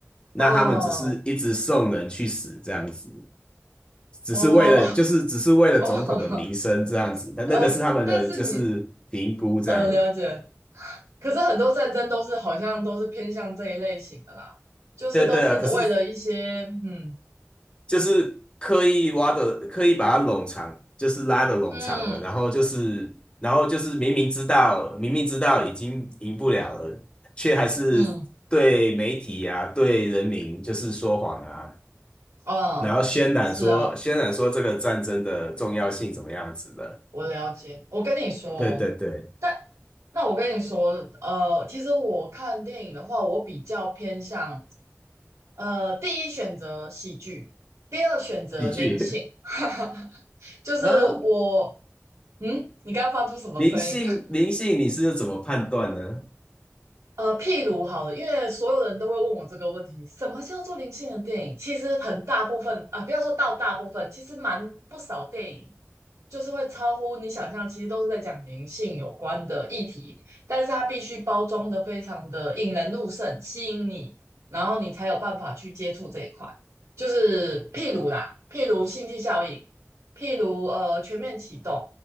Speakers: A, on the left; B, on the right.
A: 那他们只是一直送人去死这样子。
B: 哦
A: 只是为了就是只是为了总统的名声这样子，
B: 哦哦 <laughs>
A: 但那个是他们的就是评估这样。
B: 呃，但是你呃了解，可是很多战争都是好像都是偏向这一类型的啦，就是都是为了一些嗯
A: 对对啊，可是就是刻意挖的，刻意把它冗长，就是拉的冗长了，
B: 嗯
A: 然后就是然后就是明明知道明明知道已经赢不了了，却还是对媒体啊对人民就是说谎啊，
B: 嗯啊，
A: 然后渲染说渲染说这个战争的重要性怎么样子的。
B: 是啊，我了解。我跟你说，
A: 对对对，
B: 但那我跟你说，呃，其实我看电影的话，我比较偏向呃第一选择喜剧，第二选择灵性，
A: 喜剧。
B: <laughs> 哈哈，就是我
A: <laughs> 嗯，
B: 嗯，你刚刚发出什么声音？
A: 灵性，灵性，你是怎么判断呢？
B: 呃，譬如好了，因为所有人都会问我这个问题，什么叫做灵性的电影？其实很大部分啊、不要说到大部分，其实蛮不少电影就是会超乎你想象，其实都是在讲灵性有关的议题，但是它必须包装的非常的引人入胜，吸引你，然后你才有办法去接触这一块。就是譬如啦，譬如星际效应，譬如呃全面启动，